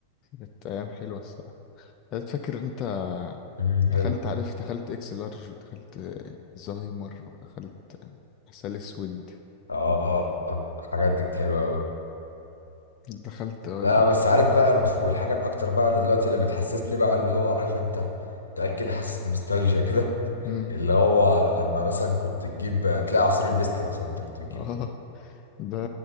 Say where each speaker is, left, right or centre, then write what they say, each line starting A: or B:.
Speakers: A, on the left; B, on the left.
A: كانت ايام حلوه الصراحه أنا فاكر انت
B: امم
A: دخلت
B: حلو
A: عارف دخلت اكس لارج ودخلت زهايمر ودخلت عسل اسود
B: اه آه، آه. الحاجات دي حلوه قوي
A: دخلت اه
B: لا
A: دخلت
B: بس عارف بقى انا والحاجه الاكتر بقى اللي دلوقتي اللي بتحسسني بقى اللي هو عارف انت متاكد حاسس بنوستالجيا كده
A: مم.
B: اللي هو لما مثلا كنت تجيب تلاقي عصير البيست مثلا انت كنت بتجيب
A: <laughs> اه ده